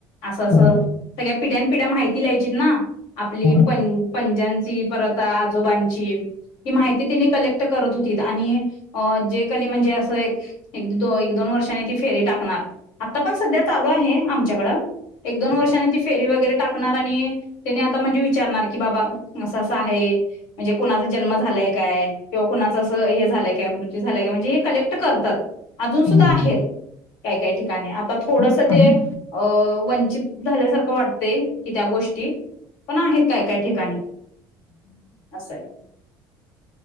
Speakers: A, on the left (about 85°); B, on the left (about 25°).
A: असं
B: हां,
A: असं सगळ्या पिढ्या पिढ्या माहिती लीहायचीत ना? आपली
B: हां.
A: पं पंजयाच आजोबांची ही माहिती तेनी कलेक्ट करत होती आणि अ जे कणी म्हणजे असं एक एक दोन वर्षानी ती फेरी टाकणार आता पण सध्या चालू- हे आमच्याकड एक दोन वर्षान ती फेरी वगैरे टाक. णार आणि त्यानी आता म्हणजे विचारणार की बाबा असं -अस आहे म्हणजे कोणाचा जन्म झालाय! काय किंवा कुणाचं असं हे झालय. मृत्यु झालाय काय म्हणजे हे कलेक्ट करतात अजून सुद्धा
B: बोललो.
A: आहेत काही काही ठिकाणी आता थोडस
B: मी
A: ते
B: आधीच
A: वंचित झाल्यासारखं वाटतंय कि त्या गोष्टी पण आहेत काय काय ठिकाणी असं आहे